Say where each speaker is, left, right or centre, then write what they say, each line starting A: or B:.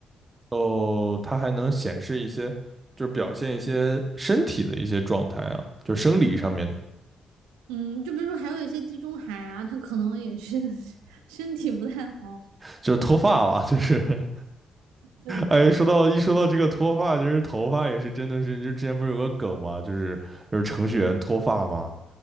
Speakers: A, on the right (about 30°); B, on the right (about 85°).
A: 哦，它还能显示一些，就是表现一些身体的一些状态啊，就是生理上面的，
B: 嗯，就比如说还有一些地中海啊，他可能也是 <laughs> 身体不太好。
A: 就是脱发了，就是 <laughs>
B: 对，
A: 哎，说到一说到这个脱发，其实头发也是真的是，就之前不是有个梗嘛，就是就是程序员脱发嘛，